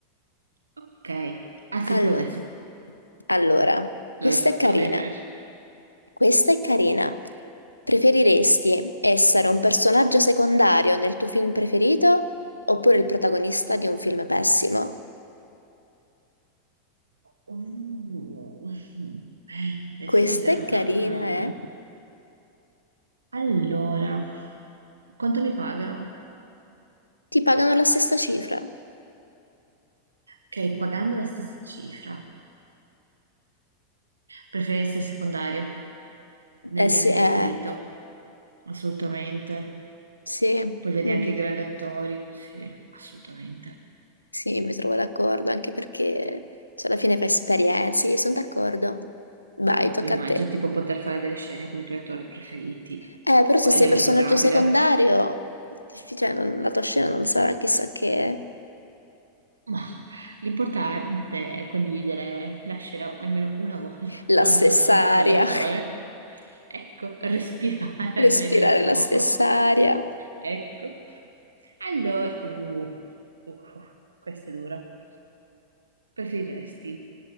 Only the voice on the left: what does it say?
Allora,
allora, questa
è carina. Questa è carina. Preferiresti essere un personaggio secondario nel tuo film preferito oppure il protagonista di un film pessimo?
Questa
è carina,
eh?
Ti pagano la stessa cifra.
Eh
sì,
eh,
sì,
Mm,
sì, mi trovo d'accordo anche perché cioè, alla fine fai esperienze, io sono d'accordo. Vai,
tocca
a te.
Eh, però
se sei
personaggio
secondario, difficile, non- la tua scena non sarà chissà che... eh.
la
stessa
aria, <laughs>
respirare
la stessa aria.